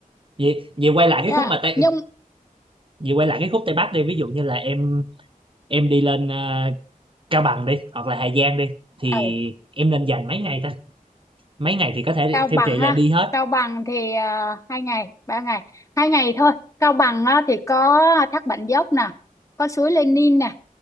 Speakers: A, on the right; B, on the left.
A: vậy vậy quay lại
B: Dạ.
A: cái khúc mà Tây
B: nhưng
A: Vậy quay lại cái khúc Tây Bắc đi, ví dụ như là em em đi lên ờ, Cao Bằng đi hoặc là Hà Giang đi thì
B: ở
A: em nên dành mấy ngày ta? Mấy ngày thì có thể
B: Cao
A: theo
B: Bằng
A: chị là
B: á
A: đi hết.
B: Cao Bằng thì à, hai ngày ba ngày hai ngày thôi Cao Bằng á, thì có thác Bản Dốc nè có suối Lenin nè